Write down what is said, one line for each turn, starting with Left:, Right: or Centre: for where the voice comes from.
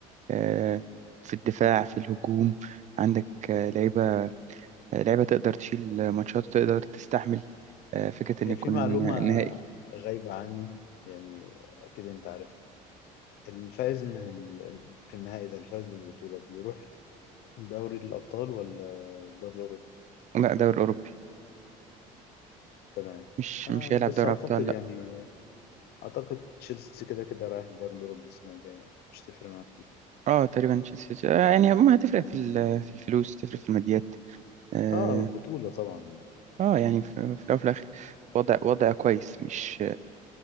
Right: آه، في الدفاع في الهجوم عندك آه، لعيبة آه، لعيبة تقدر تشيل ماتشات تقدر تستحمل آه، فكرة
Left: هي
Right: إن يكون
Left: في معلومة
Right: نهائي
Left: غايبة عني يعني أكيد أنت عارفها الفائز من ال... في النهائي ده الفائز بالبطولة بيروح دوري الأبطال ولا الدوري الأوروبي
Right: لا دوري أوروبي
Left: تمام
Right: مش
Left: آه
Right: مش هيلعب
Left: بس
Right: دوري
Left: أعتقد
Right: أبطال لا
Left: يعني أعتقد تشيلسي كده كده رايح الدوري الأوروبي السنة الجاية يعني مش تفرق معاه
Right: اه تقريبا تشيلسي آه، يعني ما هتفرق في ال- في الفلوس تفرق في الماديات اه
Left: آه بطولة طبعا
Right: آه، يعني في في الأول وفي الآخر وضع وضع كويس مش